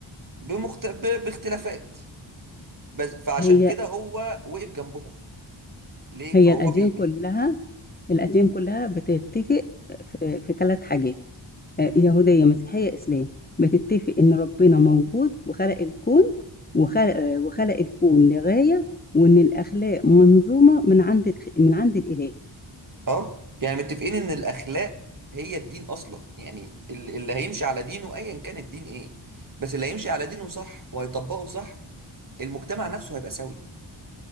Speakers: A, on the right (about 40°); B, on the left (about 20°).
A: بمخت... ب... باختلافات بس فعشان
B: هي
A: كده هو وقف جنبهم ليه
B: هي
A: فهو
B: الاديان
A: بي بي
B: كلها الاديان كلها بتتفق في في ثلاث حاجات
A: مم.
B: آه، يهودية مسيحية اسلام بتتفق ان ربنا موجود وخلق الكون وخلق آه، وخلق الكون لغاية وان الاخلاق منظومة من عند من عند الاله
A: اه يعني متفقين ان الاخلاق هي الدين اصلا يعني ال- اللي هيمشي على دينه ايا كان الدين ايه بس اللي هيمشي على دينه صح وهيطبقه صح المجتمع نفسه هيبقى سوي